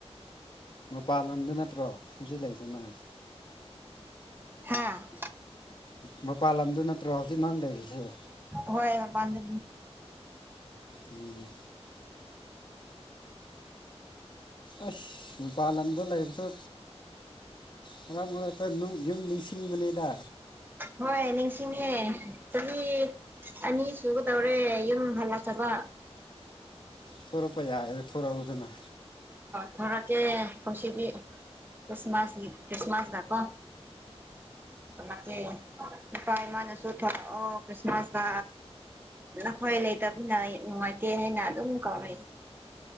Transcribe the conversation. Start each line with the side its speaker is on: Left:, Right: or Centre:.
Left: ꯃꯄꯥꯥꯟ ꯂꯝꯗ ꯅꯠꯇ꯭ꯔꯣ ꯍꯧꯆꯠꯂꯏꯁꯦ ꯅꯪ
Right: ꯍꯥꯥ
Left: ꯃꯄꯥꯟ ꯂꯝꯗ ꯅꯠꯇ꯭ꯔꯣ ꯍꯧꯖꯤꯛ ꯅꯪ ꯂꯩꯔꯤꯁꯤꯦ
Right: ꯍꯣꯏ ꯄꯥꯟꯅꯤ
Left: ꯎꯝ ꯑꯁ ꯃꯄꯥꯟ ꯂꯝꯗ ꯂꯩꯕꯁꯨ ꯃꯔꯥꯡ ꯃ ꯇꯣꯏ ꯌꯨꯝ ꯁꯤꯡ ꯃꯅꯗ
Right: ꯍꯣꯏ ꯅꯤꯡꯁꯤꯡꯉꯦ ꯆꯍꯤ ꯑꯅꯤ ꯁꯒ ꯇꯧꯔꯦ ꯌꯨꯝ ꯂ ꯆꯕ
Left: ꯊꯔꯛꯄꯌꯥꯥꯗ ꯊꯔꯛ ꯎꯗꯅ
Right: ꯊꯣꯔꯀꯦ ꯈꯁꯤꯗꯤ ꯀ꯭ꯔꯤꯁꯃꯥꯁ ꯀ꯭ꯔꯤꯁꯃꯥꯁ ꯂꯀꯣ ꯦ ꯀꯄꯥ ꯏ ꯑꯁꯨꯣ ꯊ ꯑꯣ ꯈ꯭ꯔꯤꯁꯃꯥꯁ ꯅꯈꯣꯏ ꯂꯩꯇꯕꯅ ꯅꯨꯡꯉꯥꯏꯇꯦ ꯍꯥꯏꯅ ꯑꯗꯨꯝ ꯀꯧꯅꯩ